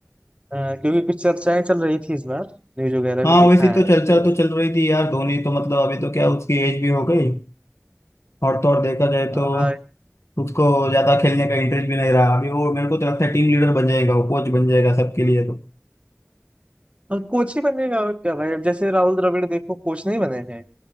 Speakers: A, on the right; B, on the left.
A: अ, क्योंकि कुछ चर्चाएं चल रही थी इस बार न्यूज वगैरह
B: हाँ,
A: में देखा
B: वैसे तो
A: है
B: चर्चा
A: तो
B: तो चल रही थी यार धोनी तो मतलब अभी तो क्या उसकी एज भी हो गई और तो और देखा जाए
A: अ,
B: तो उसको ज्यादा खेलने का इंटरेस्ट भी नहीं रहा अभी वो मेरे को तो लगता है टीम लीडर बन जाएगा वो कोच बन जाएगा सबके लिए तो
A: और कोच ही बनेगा और क्या भाई अब जैसे राहुल द्रविड़ देखो कोच नहीं बने हैं